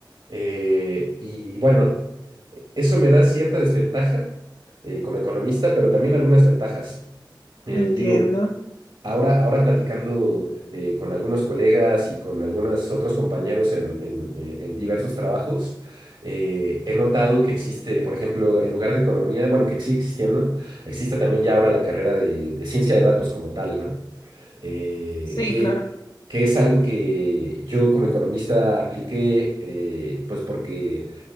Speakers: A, on the right; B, on the left.
A: Eh, y bueno, e- eso me da cierta desventaja eh, como economista, pero también algunas ventajas. Eh,
B: Entiendo.
A: digo, Ahora, ahora platicando eh, con algunos colegas y con algunos otros compañeros en, en- en- en diversos trabajos, eh, he notado que existe, por ejemplo, en lugar de economía, bueno, que sigue existiendo, existe también ya ahora la carrera de, de ciencia de datos como tal, ¿no? Eh,
B: Sí,
A: que,
B: claro.
A: que es algo que yo como economista apliqué, eh, pues porque